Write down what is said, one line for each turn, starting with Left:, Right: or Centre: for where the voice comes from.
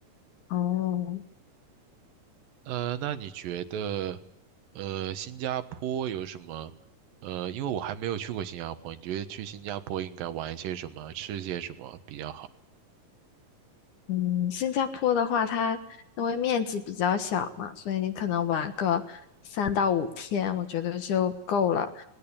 Left: 哦。
Right: 呃，那你觉得，呃，新加坡有什么？呃，因为我还没有去过新加坡，你觉得去新加坡应该玩些什么，吃些什么比较好？
Left: 嗯，新加坡的话，它因为面积比较小嘛，所以你可能玩个三到五天，我觉得就够了。